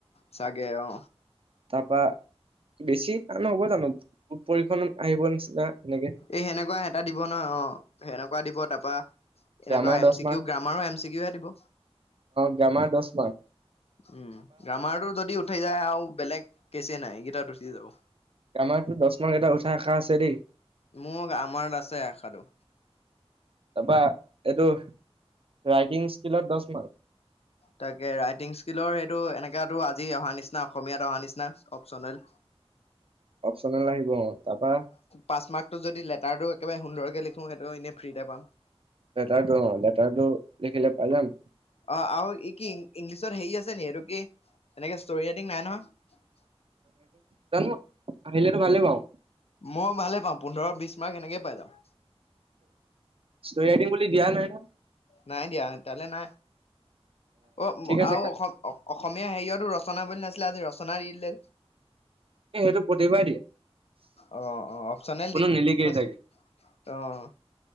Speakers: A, on the left; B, on the right.
A: চাগে অ,
B: তাৰপা বেছি টানহ'ব জানো পৰিক্ষণত আহিব নিচিনা। এনেকে
A: এ সেনেকুৱা এটা দিব নহয় অ, সেনেকুৱা দিব তাৰাপা
B: গ্ৰামাৰ
A: এনেকুৱা এম
B: দহ
A: চি
B: মাৰ্ক
A: কিউ গ্ৰামাৰৰ এম চি কিহে দিব।
B: জামা দশ ম
A: উম, গ্ৰামাৰটো যদি উঠাই যায় আৰু বেলেগ কেচ নাই এইকেইটাত উঠি যাব।
B: আমাৰতো দচ মমান কেইটা উঠা আষা আছে দেই।
A: মোক আমাৰত আছে আসাটো
B: তাৰপৰা এইটো ৰাইটিং স্কিলত দহ মাৰ্ক।
A: তাকে ৰাইটিং স্কিলৰ সেইটো এনেকাতটো আজি অহা নিচিনা অসমীয়াত অহা নিচিনা না অপচনেল।
B: অপচনেল আহিব অ, তাৰপা
A: পাছমাৰ্কটো যদি লেটাৰটো একেবাৰে সুন্দৰকে লিখো সেইটো এনেই ফ্ৰীতে পাম
B: লেটাৰটো অ লেটাৰটো লিখিলে পাই যাম
A: অ আৰু ই কি ইংলিছত হেৰি আছে নি এইটো কি এনেকে ষ্ট ৰাইটিং নাই নহয়
B: জানো, আহিলেতো ভালেই বাৰু।
A: মই ভালেই পাওঁ পোন্ধৰ বিশ মাৰ্ক সেনেকেই পাই যাম।
B: চয় বুলি বুলি ধ্ঞান হয় ন <unintelligible>
A: নাই দিয়া তালে নাই। অ
B: ঠিক আছে
A: আৰু অসম- অসমীয়া হেৰিয়াতো ৰচনা বুলি নাছিলে আজি ৰচনা দি দিলে।
B: সেইটো প্ৰাতি বাৰেই দিয়ে।
A: অ-অ অপচনেল
B: কোনো
A: দি
B: নিলিখেই
A: থৈছে।
B: চাগে
A: অ-অ